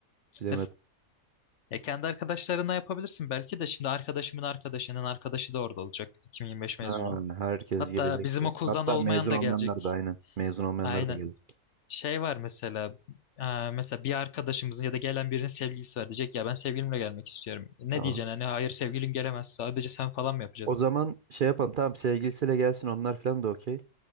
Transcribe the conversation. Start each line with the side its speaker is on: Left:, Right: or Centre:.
Right: Bilemedim.
Left: Ya, s- ya kendi arkadaşlarına yapabilirsin. Belki de şimdi arkadaşımın arkadaşının arkadaşı da orada olacak. 2025 mezunu.
Right: Ha, herkes
Left: Hatta
Right: gelecekse.
Left: bizim okuldan
Right: Hatta
Left: olmayan
Right: mezun
Left: da
Right: olmayanlar
Left: gelecek.
Right: da aynı. Mezun olmayanlar
Left: Aynen.
Right: da gelecek.
Left: Şey var mesela. e, mesela bir arkadaşımızın ya da gelen birinin sevgilisi var. Diyecek ya ben sevgilimle gelmek istiyorum. Ne
Right: Tamam.
Left: diyeceksin hani hayır sevgilin gelemez. Sadece sen falan mı yapacağız?
Right: O zaman şey yapalım. Tamam sevgilisiyle gelsin onlar falan da okey.